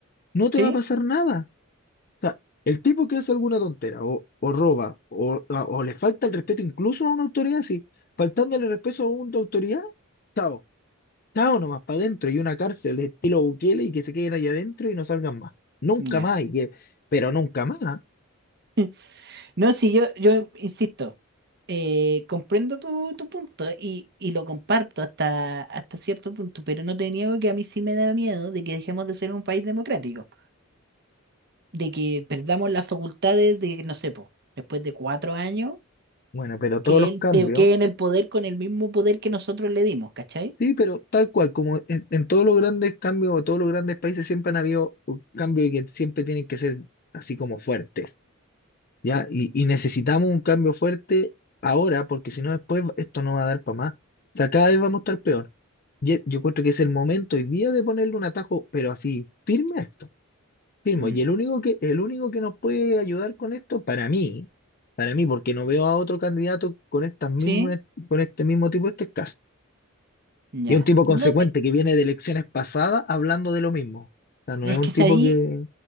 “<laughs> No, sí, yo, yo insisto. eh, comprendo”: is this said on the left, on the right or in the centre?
Right